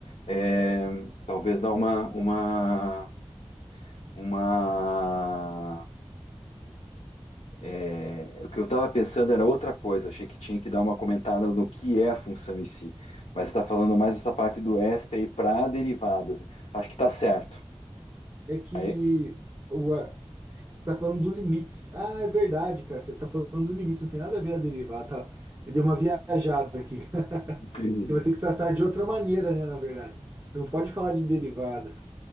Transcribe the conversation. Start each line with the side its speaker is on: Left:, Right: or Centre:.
Left: É, talvez dar uma, uma, uma. é, o que eu estava pensando era outra coisa, achei que tinha que dar uma comentada no que é a função em si, mas está falando mais essa parte do ESP aí para derivadas. né? Acho que está certo.
Right: É que
Left: Aí,
Right: o, a- você tá falando do limites. Ah, é verdade, cara. Você tá falando do limite, não tem nada a ver a derivar, tá? Eu dei uma viajada aqui. <laughs>
Left: <laughs>
Right: Você vai ter que tratar de outra maneira, né, na verdade. Você não pode falar de derivada.